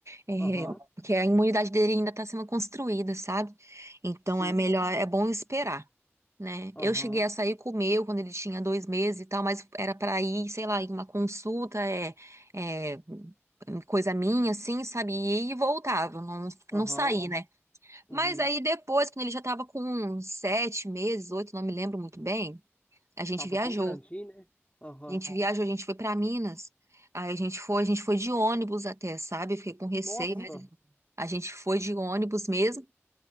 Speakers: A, on the right; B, on the left.
A: É,
B: Aham.
A: porque a imunidade dele ainda tá sendo construída, sabe? Então,
B: Sim.
A: é melhor, é bom esperar. né?
B: Aham,
A: Eu cheguei a sair com o meu quando ele tinha dois meses e tal, mas era pra ir, sei lá, em uma consulta, é, é, coisa minha, assim, sabe? E voltava, não,
B: aham,
A: não saí, né?
B: uhum.
A: Mas aí depois, quando ele já tava com uns sete meses, oito, não me lembro muito bem, a gente
B: Tava
A: viajou.
B: bem grandinho, né? Aham.
A: A gente viajou, a gente foi pra Minas. Aí a gente foi, a gente foi de ônibus até, sabe? Fiquei com receio,
B: Nossa,
A: mas a gente foi de ônibus mesmo,